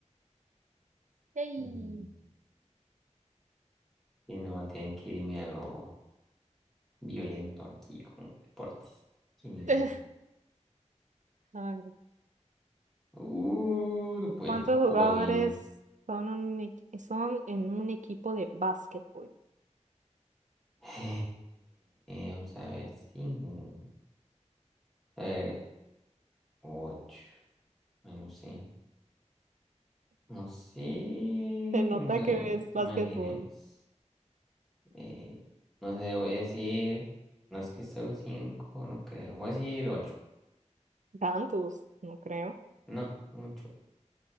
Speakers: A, on the right; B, in the centre.
A: Ey.
B: mm, y no va a tener que irme a lo violento aquí con deportes. quinientos
A: <laughs> A ver,
B: Uh, no puede
A: ¿cuántos
B: ser
A: jugadores
B: posible.
A: son, un, equi- son en un equipo de básquetbol?
B: <laughs> vamos a ver, cinco. A ver, ocho. Ay, no sé, no sé.
A: Se nota
B: Vamos a
A: que
B: ver,
A: ves
B: imaginemos.
A: básquetbol.
B: Eh, no sé, voy a decir. No es que solo cinco, no creo. Voy a decir ocho.
A: Tantos, no creo.
B: No, mucho.